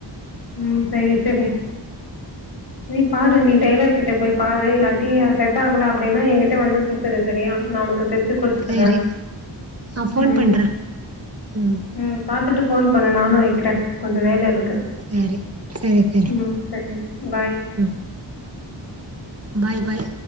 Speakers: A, on the left; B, on the right.
A: உம் சரி சரி நீ பாரு நீ டெய்லர் கிட்ட போய் பாரு இல்லாட்டி செட் ஆகல அப்படின்னா என்கிட்ட வந்து குடுத்துடு சரியா நான் உக்கு தெச் கொடுத்தாறேன்
B: சேரி நா ஃபோன்
A: உம்
B: பண்றே ம்
A: உம் பாத்துட்டு போன் பண்ணன் நானும் வைக்கிறேன் கொஞ்சம் வேல இருக்கு
B: ம் சேரி சேரி சேரி
A: ம் செரி பாய்
B: ம் பாய் பாய்